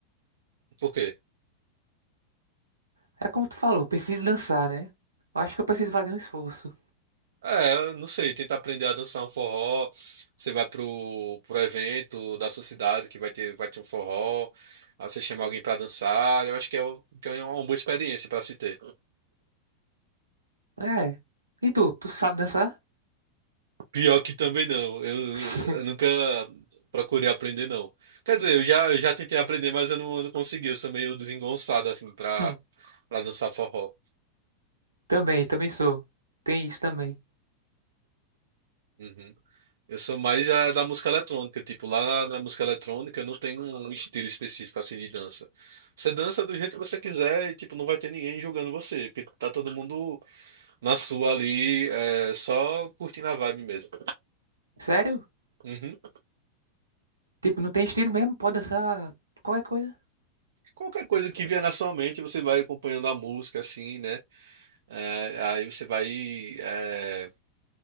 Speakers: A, on the right; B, on the right.
A: Por quê?
B: É como tu falou, preciso dançar, né? Eu acho que eu preciso fazer um esforço.
A: É, eu não sei, tenta aprender a dançar um forró, você vai pro, pro evento da sua cidade que vai ter, vai ter um forró, aí você chama alguém pra dançar, eu acho que é, o- que é uma boa experiência pra se ter.
B: É. E tu, tu sabe dançar?
A: Pior que também não. Eu,
B: <laughs>
A: eu nunca procurei aprender, não. Quer dizer, eu já, eu já tentei aprender, mas eu não, eu não consegui. Eu sou meio desengonçado, assim, pra,
B: Hum,
A: pra dançar forró.
B: Também, também sou. Tem isso também.
A: Uhum. Eu sou mais a, da música eletrônica. Tipo, lá na, na música eletrônica eu não tenho um estilo específico, assim, de dança. Você dança do jeito que você quiser e, tipo, não vai ter ninguém julgando você. Porque tá todo mundo na sua ali, é, só curtindo a vibe mesmo.
B: Sério?
A: Uhum.
B: Tipo, não tem estilo mesmo? Pode dançar qualquer coisa.
A: Qualquer coisa que vier na sua mente, você vai acompanhando a música, assim, né? É, aí você vai é,